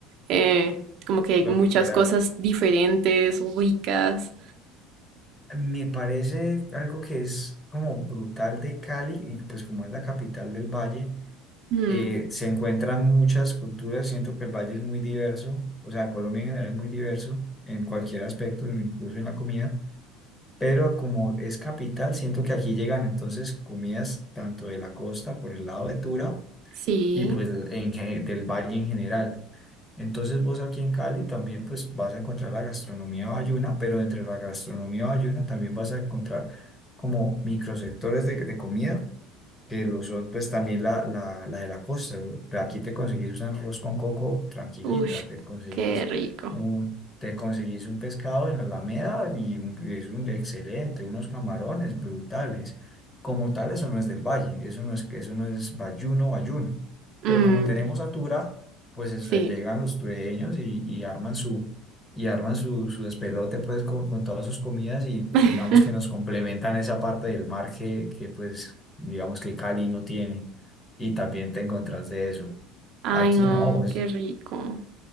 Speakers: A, on the right; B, on the left.
A: eh, como que hay
B: Lo
A: muchas
B: que quieras.
A: cosas diferentes, ricas.
B: Me parece algo que es como brutal de Cali, y pues como es la capital del Valle,
A: Mm,
B: eh, se encuentran muchas culturas. Siento que el Valle es muy diverso, o sea, Colombia en general es muy diverso en cualquier aspecto, incluso en la comida. Pero como es capital, siento que aquí llegan entonces comidas tanto de la costa por el lado de Tura
A: sí.
B: y pues en, gen- del Valle en general. Entonces vos aquí en Cali también pues vas a encontrar la gastronomía bayuna, pero entre la gastronomía bayuna también vas a encontrar como microsectores de, de comida que lo son pues también la, la, la de la costa. Aquí te conseguís un arroz con coco tranquilita,
A: Uy,
B: te conseguís
A: qué rico.
B: un, te conseguís un pescado en la Alameda y un- y es un excelente, unos camarones brutales. Como tal, eso no es del valle, eso no es, eso no es bayuno, bayuno.
A: Mm,
B: Pero como tenemos atura, pues eso,
A: sí.
B: llegan los tureños y, y arman su y arman su, su despelote pues con, con todas sus comidas y
A: <laughs>
B: digamos que nos complementan esa parte del mar que, que pues digamos que Cali no tiene y también te encontrás de eso.
A: Ay,
B: Aquí
A: no,
B: no, vos,
A: qué rico.